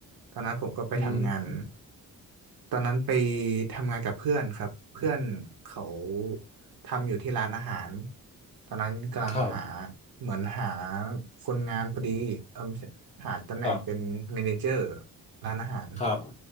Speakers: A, on the right; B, on the left.
A: ตอนนั้นผมก็ไปทำงาน
B: อืม
A: ตอนนั้นไปทำงานกับเพื่อนครับเพื่อนเขา ทำอยู่ที่ร้านอาหารตอนนั้นกำลังหา
B: ครับ
A: เหมือนหาคนงานพอดีเออไม่ใช่หาตำแหน่งเป็นเมเนเจอร์
B: ครับ
A: ร้านอาหาร
B: ครับ